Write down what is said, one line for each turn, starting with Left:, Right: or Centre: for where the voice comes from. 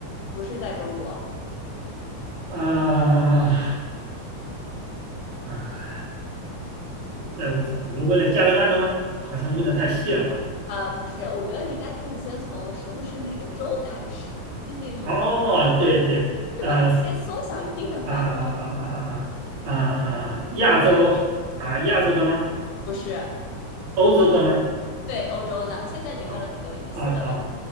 Left: 不是在中国，
Right: 啊啊，在我这怎么问的加拿大的吗？好像问的太细了啊。
Left: 呃，呃不是，我觉得你应该可以先从是不是哪个州开始，毕竟
Right: 哦，对对，
Left: 对吧？
Right: 呃
Left: 先缩小一定的范围，
Right: 啊啊啊啊啊啊啊，亚洲啊亚洲的吗？
Left: 不是
Right: 欧洲的吗？
Left: 对欧洲的。现在你问了几个问题？
Right: 啊啊啊
Left: 四个问题